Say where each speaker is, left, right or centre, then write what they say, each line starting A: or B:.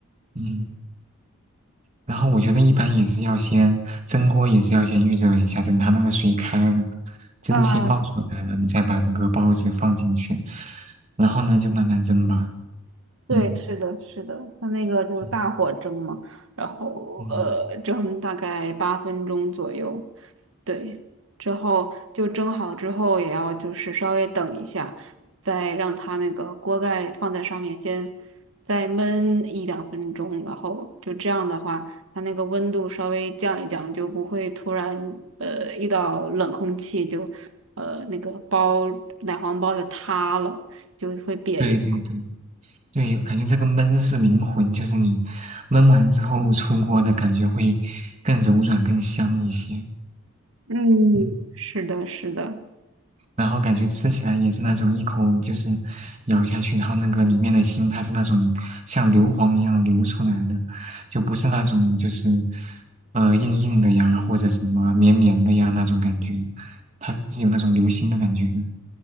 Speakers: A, on the right; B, on the right.
A: 嗯，然后我觉得一般也是要先蒸锅，也是要先预热一下，等它那个水开了，蒸汽冒出来了，
B: 啊，
A: 你再把那个包子放进去，然后呢就慢慢蒸吧。
B: 对，
A: 嗯
B: 是的，是的，它那个就是大火蒸嘛，
A: 嗯
B: 然后呃，
A: 嗯，
B: 蒸大概八分钟左右。对，之后就蒸好之后，也要就是稍微等一下，再让它那个锅盖放在上面先再焖一两分钟，然后就这样的话，它那个温度稍微降一降，就不会突然呃遇到冷空气就呃那个包奶黄包就塌了，就会瘪一包。
A: 对对对对，感觉这个焖是灵魂，就是你焖完之后出锅的感觉会更柔软、更香一些。
B: 嗯，
A: 嗯。
B: 是的，是的。
A: 然后感觉吃起来也是那种一口就是咬下去，然后那个里面的心它是那种像硫磺一样流出来的，就不是那种就是呃硬硬的呀或者什么绵绵的呀那种感觉，它是有那种流心的感觉的。